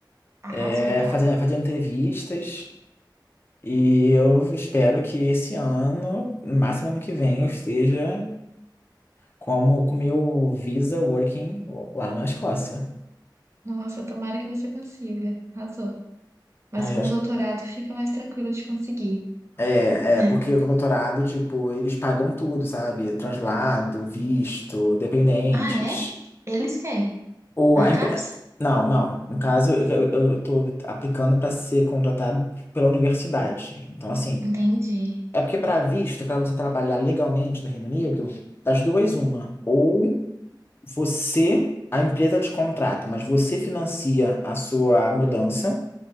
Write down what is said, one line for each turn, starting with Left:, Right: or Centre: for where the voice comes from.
Right: Arrasou,
Left: é,
Right: tá?
Left: fazendo, fazendo entrevistas. E eu espero que esse ano, no máximo ano que vem, eu esteja como com o meu Visa Working lá na Escócia.
Right: Nossa, tomara que você consiga. Arrasou. Mas
Left: Aí
Right: com
Left: eu acho
Right: o doutorado
Left: que-
Right: fica mais tranquilo de conseguir,
Left: É,
Right: né?
Left: é, porque com o doutorado, tipo, eles pagam tudo, sabe? Translado, visto, dependentes.
Right: Ah, é? Eles querem.
Left: Ou
Right: A
Left: a empre...
Right: CAPES?
Left: Não, não. No caso, eu, eu eu tô aplicando para ser contratado pela universidade. Então, assim,
Right: Entendi.
Left: É porque para visto, para você trabalhar legalmente no Reino Unido, das duas uma, ou você, a empresa te contrata, mas você financia a sua mudança.